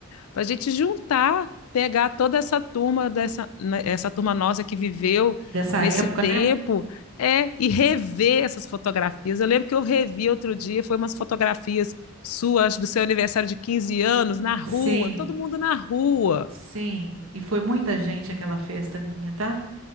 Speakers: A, on the left; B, on the right.
A: para a gente juntar, pegar toda essa turma, dessa, né, essa turma nossa que viveu
B: dessa
A: nesse
B: época,
A: tempo,
B: né?
A: é, e rever essas fotografias. Eu lembro que eu revi outro dia, foi umas fotografias suas do seu aniversário de 15 anos, na rua,
B: Sim,
A: todo mundo na rua.
B: sim. E foi muita gente aquela festa minha, tá?